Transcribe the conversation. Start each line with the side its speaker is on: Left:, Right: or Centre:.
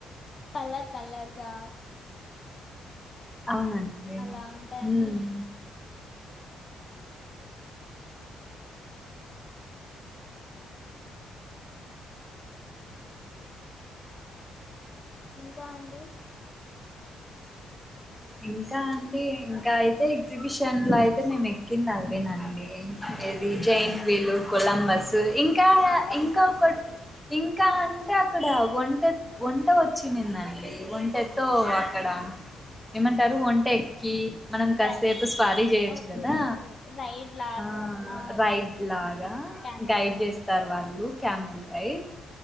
Left: కల్లర్ కల్లర్ గా
Centre: అవునండి
Left: అలా ఉంటాని
Centre: మ్మ్
Left: ఇంకా అండి
Centre: ఇంకా అండి ఇంకా అయితే ఎగ్జిబిషన్ లో అయితే మేము ఎక్కింది అవేనండి ఇది జైంట్ వీలు కొలంబస్ ఇంకా
Left: ఆ
Centre: ఇంకా ఒక ఇంకా అంటే అక్కడ ఒంటె ఒంటె వచ్చిందండి ఒంటెతో అక్కడ ఏమంటారు ఒంటె ఎక్కి మనం కాససేపు
Left: డ్రై
Centre: స్వారీ చేయొచ్చు
Left: ఓకే
Centre: కదా
Left: ఓకే రైడ్ లాగా
Centre: ఆ
Left: ఆ
Centre: రైడ్ లాగా
Left: క్యామెల్
Centre: గైడ్
Left: రైడ్
Centre: చేస్తారు వాళ్ళు క్యామెల్ రైడ్